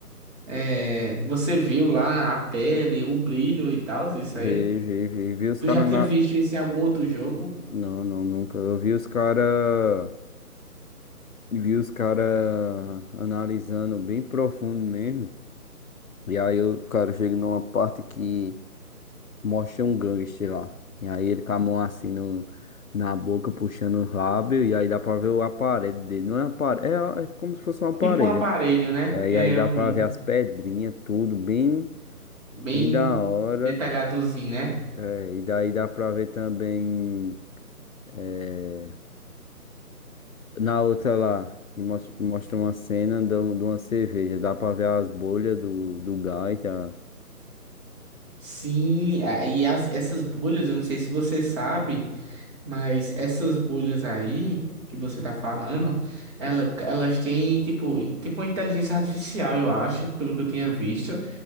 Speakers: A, on the right; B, on the left.
A: É, você viu lá a pele, o brilho e tal, isso
B: Vi,
A: aí?
B: vi, vi. Vi os
A: Tu
B: caras
A: já tinha
B: na.
A: visto isso em algum outro jogo?
B: Não, não, nunca. Eu vi os caras. Vi os caras analisando bem profundo mesmo. E aí, o cara chega numa parte que mostra um gangster lá. E aí, ele com a mão assim no... na boca, puxando os lábios. E aí, dá pra ver o aparelho dele. Não é aparelho, é é como se fosse um aparelho.
A: Tipo um aparelho, né?
B: É,
A: É,
B: e aí dá
A: eu
B: pra
A: vi.
B: ver as pedrinhas, tudo bem,
A: Bem
B: bem da hora.
A: detalhadozinho, né?
B: É, e daí dá pra ver também é, na outra lá, que mos- mostra uma cena de um- de uma cerveja. Dá pra ver as bolhas do, do gás. Da...
A: Sim, a- e as, essas bolhas, eu não sei se você sabe, mas essas bolhas aí que você tá falando, ela, elas têm tipo, in- tipo uma inteligência artificial, eu acho, pelo que eu tinha visto.